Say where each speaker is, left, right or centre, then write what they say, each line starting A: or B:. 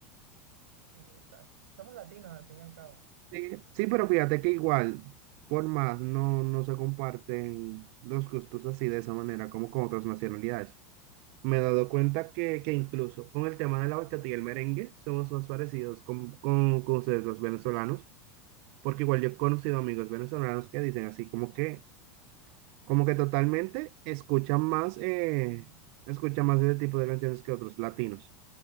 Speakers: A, on the right (about 80°); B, on the right (about 60°).
A: sí, está, somos latinos al fin y al cabo,
B: Sí, sí, pero fíjate que igual, por más, no, no se comparten los gustos así de esa manera como con otras nacionalidades. Me he dado cuenta que, que incluso con el tema de la bachata y el merengue somos más parecidos con, con, con ustedes los venezolanos, porque igual yo he conocido amigos venezolanos que dicen así como que Como que totalmente escuchan más, eh, escuchan más ese tipo de canciones que otros latinos.